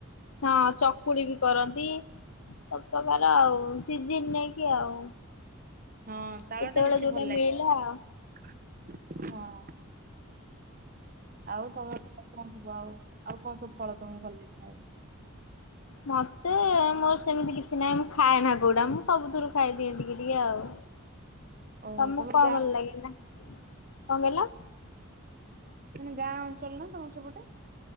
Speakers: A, on the left; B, on the right.
A: ହଁ, ଚକୁଳି ବି କରନ୍ତି। ସବୁପ୍ରକାର ଆଉ, ସିଜିନ୍ ନେଇକି ଆଉ।
B: ହଁ, ତାଳ
A: ଯେତେବେଳେ
B: ଟା ବେଶୀ
A: ଯୋଉଟା
B: ଭଲ ଲାଗେ,
A: ମିଳିଲା ଆଉ
B: ହଁ। ଆଉ, ତମ କଣ ସବୁ ଆଉ, ଆଉ କଣ ସବୁ ଫଳ ତମକୁ ଭଲଲାଗେ ଖାଇବା ପାଇଁ?
A: ମତେ ମୋର ସେମିତି କିଛି ନାହିଁ, ମୁଁ ଖାଏନା କୋଉଟା, ମୁଁ ସବୁଥିରୁ ଖାଇଦିଏ ଟିକେ ଟିକେ ଆଉ।
B: <inaudible>
A: ତମକୁ
B: ତମର
A: କଣ
B: ଗାଁ
A: ଭଲ ଲାଗେ ନା, କଣ କହିଲ?
B: ମାନେ ଗାଁ ଅଞ୍ଚଳ ନା, ତମର ସେପଟେ?